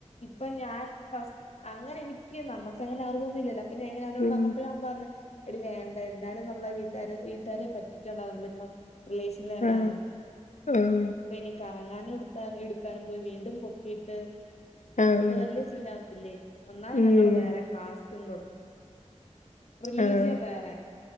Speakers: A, on the left (about 60°); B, on the left (about 80°).
A: ഇപ്പൊ ഞാൻ ഫസ് അങ്ങനെ എനിക്ക് നമ്മക്ക് അങ്ങനെ അറിവ്ന്നുംല്ലല്ലേ പിന്നെ എങ്ങനെ അവനോട്
B: ഉം
A: പറഞ്ഞപ്പോഴ അവൻ പറഞ്ഞു എടി വേണ്ട എന്തായാലും നമ്മളെ വീട്ടുകാരെ വീട്ടുകാരെ പറ്റിച്ചോണ്ടാ നമ്മളിപ്പം റിലേഷ <unintelligible>
B: ആഹ് ആഹ്
A: അപ്പോ ഇനി കറങ്ങാന് എടുക്കാനും പോയി വീണ്ടും പൊക്കിയിട്ട്
B: ആഹ്
A: അത് വല്യയ സീനാ വത്തില്ലേ ഒന്നാ
B: ഉം
A: ഞങ്ങള് വേറെ കാസ്റ്റും കൂടെ റിലീജിയം
B: ആഹ്
A: വേറെ